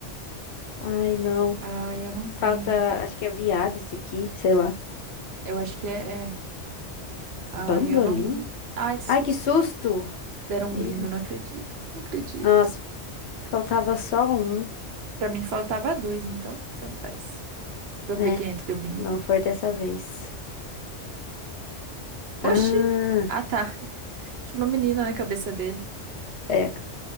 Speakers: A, on the left; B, on the right.
A: Ai, não.
B: Ai, eu não tenho.
A: Falta, acho que é viado isso aqui, sei lá.
B: Eu acho que é, é. Ai,
A: Bandolim?
B: eu não. Ai, que susto.
A: Ai, que susto!
B: Deram
A: Ih,
B: um bingo, não acredito. Não acredito.
A: nossa, faltava só um.
B: Pra mim faltava dois, então tanto faz. Vamos
A: É,
B: ver quem é que deu bingo.
A: não foi dessa vez. Ah.
B: Oxi! Ah, tá. Tinha uma menina na cabeça dele.
A: É,